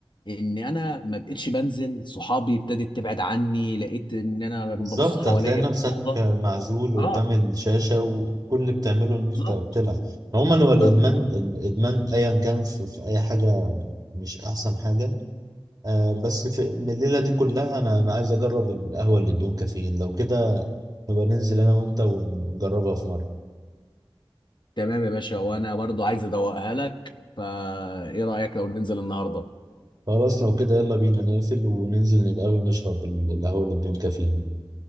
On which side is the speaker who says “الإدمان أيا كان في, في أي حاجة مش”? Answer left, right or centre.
Right